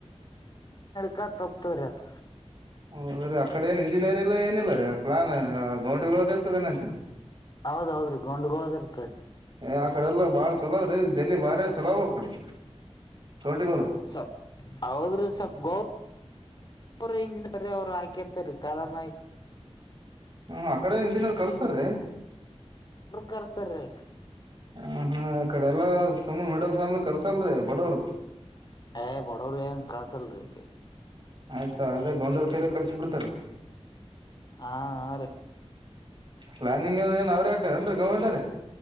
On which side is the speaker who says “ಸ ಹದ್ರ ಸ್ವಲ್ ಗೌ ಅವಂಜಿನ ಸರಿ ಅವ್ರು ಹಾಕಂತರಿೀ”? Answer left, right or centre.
Left